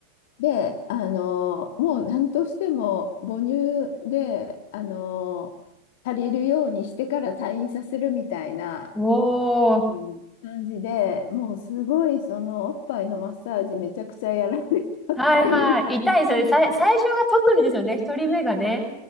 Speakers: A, on the left; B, in the centre.
A: で、あの、もう何としても母乳で、あの、足りるようにしてから退院させるみたいな
B: おー。
A: あの感じで、もうすごいそのおっぱいのマッサージめちゃくちゃやられたっていう。
B: はいはい。痛いですよね。さい、最初が特にですよね。一人目がね。